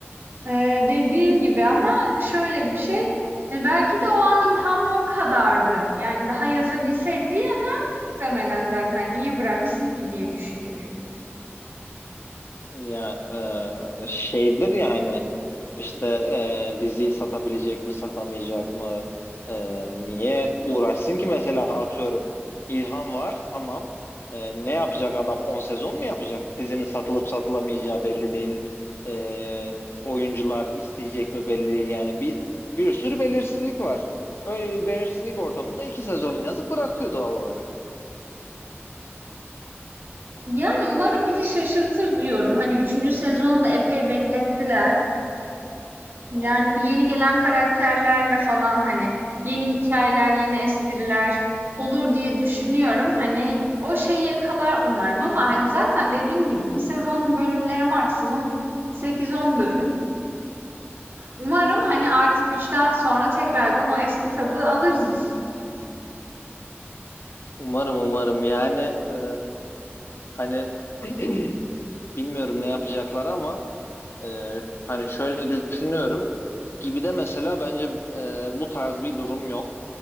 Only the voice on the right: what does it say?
Ee, dediğin gibi ama şöyle bir şey. e, belki de o an ilham o kadardı. Yani daha yazabilseydi yazar muhtemelen zaten. Niye bıraksın ki diye düşünüyorum.
Yani umarım bizi şaşırtır diyorum. Hani üçüncü sezonu da epey beklettiler. Yani
bu yeni gelen karakterlerle falan hani yeni hikayeler, yeni espriler olur diye düşünüyorum. Hani o şeyi yakalar umarım ama hani zaten dediğim gibi bir sezonun bölümleri maksimum sekiz on bölüm. Umarım hani artık üçten sonra tekrardan o eski tadı alırız.